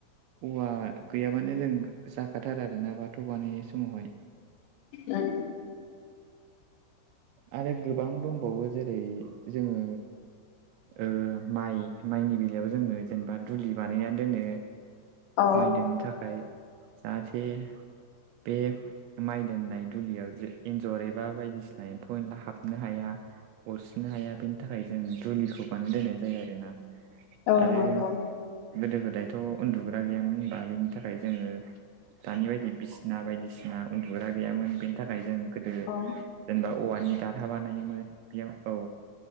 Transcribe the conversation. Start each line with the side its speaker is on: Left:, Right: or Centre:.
Right: औवा गैयाबानो जों जाखाथार आरोोना बाथौ बानायनाय समावहाय
Left: ओ <unintelligible>
Right: आरो गोबां दंबावो जेरै जोङो ओ माइ माइनि बेलायाव जोङो जेनेबा दुलि बानायनानै दोनो
Left: औ
Right: माइ दोननो थाखाय जाहाथे बे माइ दोननाय दुलियाव जरैबा बायदिसिना एम्फौ एनला हाबनो हाया अरसि्रिनो हाया बेनि थाखाय जों दुलिखौ बानाय दोननाय जायो आरोोना
Left: औ
Right: आरो
Left: नंगौ
Right: गोदो गोदायथ' उन्दुग्रा गैयामोन होनबा बेनि थाखाय फ्राय जोङो दानि बायदि बिसिना बायदिसिना उन्दुग्रा गैयामोन बेनि थाखाय जों गोदो जेनेबा
Left: औ
Right: औवानि दारहा बानायोमोन बेयाव औ